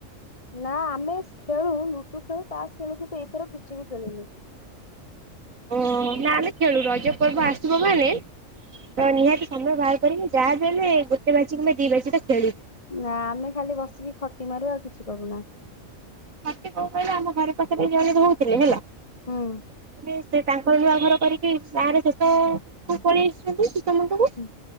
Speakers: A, on the left; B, on the right.
A: ନା ଆମେ ଖେଳୁ ଲୁଡୁ ଖେଳୁ ତାସ ଖେଳୁ କିନ୍ତୁ ଏଇଥର କିଛି ବି ଖେଳୁନୁ।
B: ଓହ ନା ଆମେ ଖେଳୁ ରଜ ପର୍ବ ଆସିବ ମାନେ ତ ନିହାତି ସମୟ ବାହାର କରିକି ଯାହା ବି ହେଲେ ଗୋଟେ ବାଜି କିବା ଦି ବାଜିଟା ଖେଳିବି।
A: ନା ଆମେ ଖାଲି ବସିକି ଖଟି ମାରୁ ଆଉ କିଛି କରୁନା।
B: ସତ କଣ କହିଲ ଆମ ଘରେ ପାଖରେ ଜଣେ ରହୁଥିଲେ ହେଲା।
A: ହୁଁ।
B: ଏ ସେ ତାଙ୍କର ନୂଆ ଘର କରିକି ଗାଁରେ ଶେଷକୁ ପଳେଇ ଆସିଛନ୍ତି। ସମସ୍ତଙ୍କୁ
A: ହୁଁ